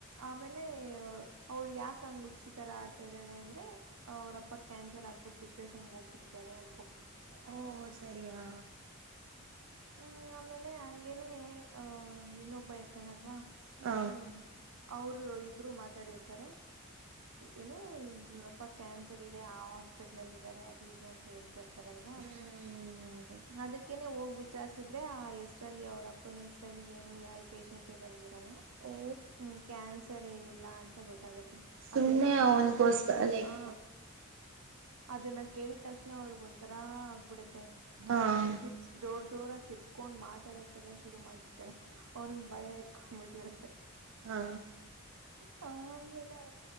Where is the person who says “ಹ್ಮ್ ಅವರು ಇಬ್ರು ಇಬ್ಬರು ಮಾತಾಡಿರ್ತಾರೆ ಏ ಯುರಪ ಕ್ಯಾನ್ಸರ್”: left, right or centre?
Right